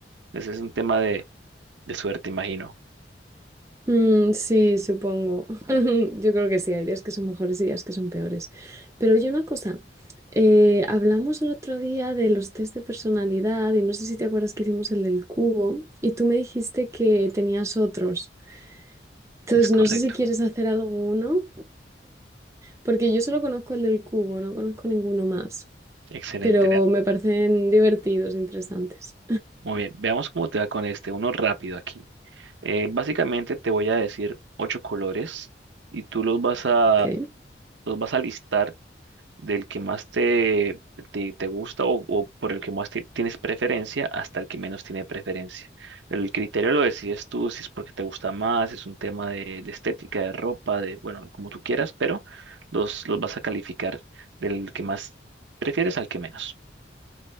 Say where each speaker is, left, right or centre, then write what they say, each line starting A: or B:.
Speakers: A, on the right; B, on the right.
A: ese es un tema de, de suerte, imagino.
B: Mm, sí, supongo. <laughs> Yo creo que sí, hay días que son mejores y días que son peores. Pero oye, una cosa, eh, hablamos el otro día de los test de personalidad y no sé si te acuerdas que hicimos el del cubo y tú me dijiste que tenías otros. Entonces,
A: Es correcto.
B: no sé si quieres hacer alguno, porque yo solo conozco el del cubo, no conozco ninguno más,
A: Excelente.
B: pero
A: Vea-
B: me parecen divertidos, interesantes.
A: Muy bien. Veamos cómo te va con este. Uno rápido aquí. Eh, básicamente te voy a decir ocho colores y tú los vas a,
B: Ok.
A: los vas a listar del que más te, te, te gusta o, o por el que más ti- tienes preferencia hasta el que menos tiene preferencia. El criterio lo decides tú, si es porque te gusta más, es un tema de, de estética, de ropa, de, bueno, como tú quieras, pero los, los vas a calificar del que más prefieres al que menos.